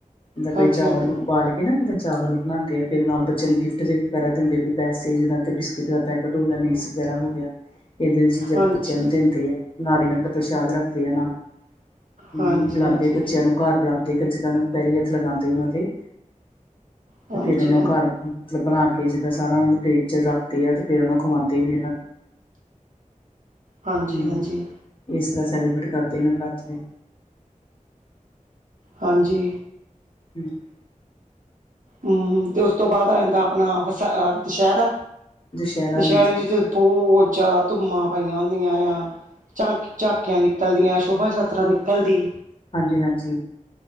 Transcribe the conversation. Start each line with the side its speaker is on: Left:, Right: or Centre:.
Left: ਜਾਂ
Right: ਹਾਂਜੀ,
Left: ਕਈ ਚਾਵਲ
Right: ਹਾਂਜੀ,
Left: ਉਬਾਲ ਇਹਨਾਂ ਜ ਚਾਵਲ ਬਨਾਂਦੇ ਆ ਫੇਰ ਨਾਲ ਬੱਚਿਆਂ ਨੂੰ ਗਿਫਟ <unintelligible> ਵਗੈਰਾ ਦਿੰਦੇ ਬੀ ਪੈਸੇ ਜਿਦਾ ਕੀ ਬਿਸਕਿਟ ਦਾ ਪੈ ਜਾ <unintelligible> ਲੀਸ ਵਗੈਰਾ ਹੋ ਗਿਆ ਇਦਾਂ ਦੀ ਚੀਜ਼ਾਂ
Right: ਹਾਂਜੀ,
Left: ਬੱਚਿਆਂ ਨੂੰ
Right: ਹਾਂਜੀ,
Left: ਦਿੰਦੇ ਆ ਨਾਰੀਅਲ ਦਾ ਪ੍ਰਸ਼ਾਦ ਰੱਖਦੇ ਆ ਨਾਲ ਹਮ
Right: ਹਾਂਜੀ।
Left: ਬੁਲਾਂਦੇ
Right: ਹਾਂਜੀ,
Left: ਬੱਚਿਆਂ ਨੂੰ ਘਰ ਬੁਲਾਂਦੇ ਕੱਜਕਾਂ ਨੂੰ ਪੈਰੀ ਹੱਥ ਲਗਾਂਦੇ ਉਹਨਾਂ ਦੇ
Right: ਹਾਂਜੀ,
Left: ਤੇ ਫਿਰ ਉਹਨਾਂ ਨੂੰ ਘਰ ਮਤਬ ਬਣਾ ਕੇ ਜਿੱਦਾਂ ਸਾਰਾ ਉਹ <unintelligible> ਚ ਰੱਖਦੇ ਆ ਤੇ ਫੇਰ ਉਹਨੂੰ ਖਵਾਂਦੇ ਵੀ ਇਹਨਾਂ ਨੂੰ
Right: ਹਾਂਜੀ
Left: ਹਮ
Right: ਹਾਂਜੀ
Left: ਇਸ ਤਰ੍ਹਾਂ ਸੈਲੀਬ੍ਰੇਟ ਕਰਦੇ ਨੇ ਬਰਥਡੇ
Right: ਹਾਂਜੀ
Left: ਹਮ <inaudible>
Right: ਹਮ ਤੇ ਉਸ ਤੋਂ ਬਾਅਦ ਆ ਜਾਂਦਾ ਆਪਣਾ ਦਸ ਅਅ ਦੁਸਹਿਰਾ
Left: ਦੁਸਹਿਰਾ
Right: ਦੁਸਹਿਰੇ
Left: ਹਾਂਜੀ
Right: ਵਿੱਚ ਬਹੁਤ ਜਿਆਦਾ ਧੂਮਾਂ ਪਈਆਂ ਹੁੰਦੀਆਂ ਆ ਝਾਕ ਝਾਕੀਆਂ ਨਿਕਲਦੀਆਂ ਸ਼ੋਭਾ ਯਾਤਰਾ ਨਿਕਲਦੀ
Left: ਹਾਂਜੀ ਹਾਂਜੀ